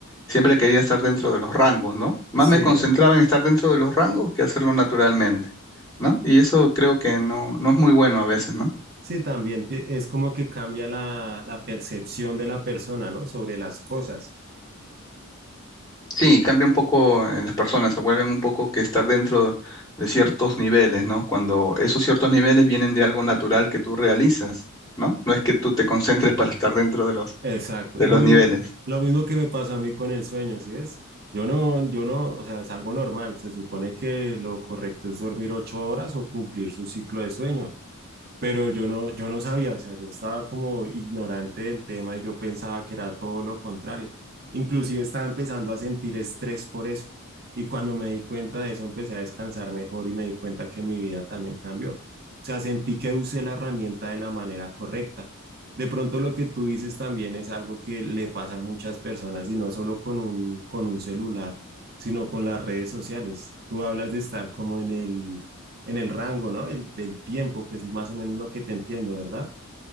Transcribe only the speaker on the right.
Sí,
sí, también te- es como que cambia la, la percepción de la persona, ¿no? Sobre las cosas.
Exacto,
lo
mismo,
lo mismo que me pasa a mí con el sueño, ¿sí ves? Yo no, yo no, o sea, es algo normal. Se supone que lo correcto es dormir ocho horas o cumplir su ciclo de sueño. Pero yo no, yo no sabía, o sea, yo estaba como ignorante del tema y yo pensaba que era todo lo contrario. Inclusive estaba empezando a sentir estrés por eso. Y cuando me di cuenta de eso, empecé a descansar mejor y me di cuenta que mi vida también cambió. O sea, sentí que usé la herramienta de la manera correcta. De pronto lo que tú dices también es algo que le pasa a muchas personas y no solo con un, con un celular, sino con las redes sociales. Tú hablas de estar como en el en el rango, ¿no? El, del tiempo, que es más o menos lo que te entiendo, ¿verdad?